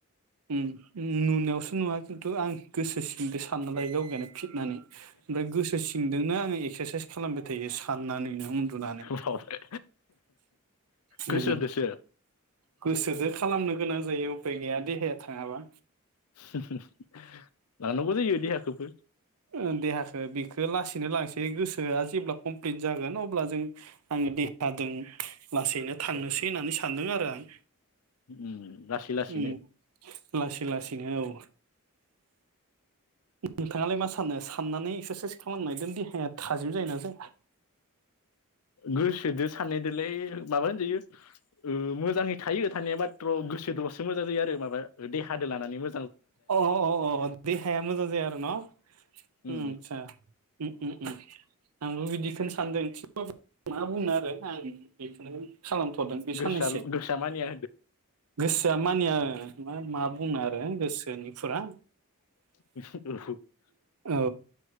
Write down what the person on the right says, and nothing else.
उम उम नुनायावसो नुवा खिन्थु आं गोसो सिंजों साननो लाय गावगायनो फिदनानै ओमफ्राय गोसो सिंदोंनो आङो एक्सारसाइस खालामबाय थायो साननानैनो उन्दुनानै
उम
गोसोजो खालामनो गोनां जायो उफाय गैया दि बे थाङा बा
ओ देहाखौ बेखो लासैनो लांसै गोसोआ जेब्ला कमप्लिट जागोन अब्ला जों आङो देहाजों लासैनो थांनोसै होननानै सानदों आरो आं
उम लासै लासैनो औ नोंथाङालाय मा सा सानो साननानै एक्सारसाइस खालामनायदों देहाया थाजिम जायोना जाया?
अ' अ' अ' देहाया मोजां जाया आरो न'
ओम आतसा ओम ओम ओम आंबो बिदिखौनो सानदों थि मा बुंनो आरो आं बेखौनो खालामथ'दों बे
साननैसो
गोसोआ मानिया मा मा बुंनो आरो गोसो निफुरा
औ